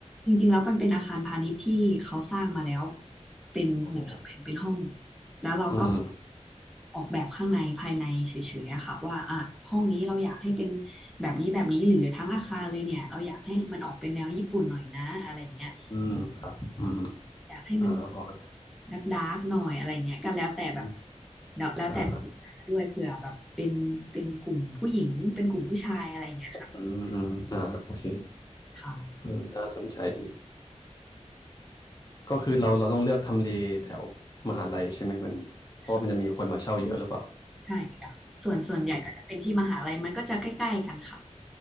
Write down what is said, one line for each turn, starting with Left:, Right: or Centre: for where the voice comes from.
Centre: จริงๆแล้วมันเป็นอาคารพาณิชย์ที่เขาสร้างมาแล้วเป็นเหมือนเขาแบ่งเป็นห้อง
Left: อ๋อ
Centre: แล้วเราก็
Left: อืมอืม
Centre: ออกแบบข้างในภายในเฉยๆอะค่ะว่าอ่ะห้องนี้เราอยากให้เป็นแบบนี้แบบนี้หรือทั้งอาคารเลยเนี่ยเราอยากให้มันออกเป็นแนวญี่ปุ่นหน่อยนะอะไรเงี้ย
Left: อืมครับอืม
Centre: อยากให้มัน
Left: อ่าพอเข้าใจ
Centre: ดักดาร์กๆหน่อยอะไรเนี้ยก็แล้วแต่แบบ
Left: อืม
Centre: แล้วแล้วแต่ลูกค้าด้วยเผื่อแบบเป็นเป็นกลุ่มผู้หญิงเป็นกลุ่มผู้ชายอะไรอย่างเงี้ยค่ะ
Left: อ่าอืมอืมอ่าโอเค
Centre: ค่ะ
Left: เออน่าสนใจดีก็คือเราเราต้องเลือกทำเลแถวมหาลัยใช่ไหมมันเพราะว่ามันจะมีคนมาเช่าเยอะหรือเปล่า
Centre: ค่ะใช่ค่ะส่วนส่วนใหญ่ก็จะเป็นที่มหาลัยมันก็จะใกล้ๆกันค่ะ
Left: อืม